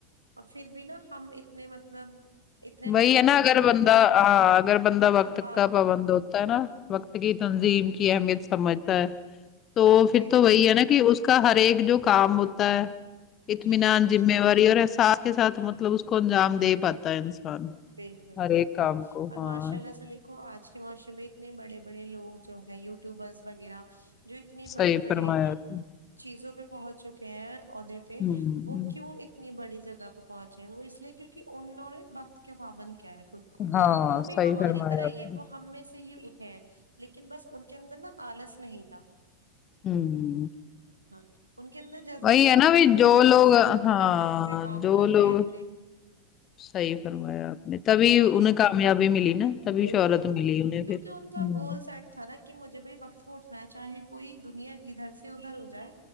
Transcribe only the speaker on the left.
وہی ہے نا اگر
بندہ
ہاں اگر بندہ وقت
کا پابند ہوتا ہے نا وقت کی تنظیم کی اہمیت سمجھتا ہے تو پھر
تو وہی
ہے نا کہ اس کا ہر ایک جو کام ہوتا ہے اطمینان
جمے
واری دیرے ساتھ ہی ساتھ مطلب اس کو انجام دے پاتا ہے انسان
ہر
ایک کام کو
ہاں
صحیح
فرمایا آپ نے
ہوں
ہاں
صحیح
فرمایا
آپ
نے
امم
وہی ہے
نا بھی
جو
لوگ
ہاں
جو
لوگ
صحیح فرمایا اپ نے تبھی
ان ہیں کامیابی ملی نا تبھی
شہرت
ملی انہیں
پھر
ہوں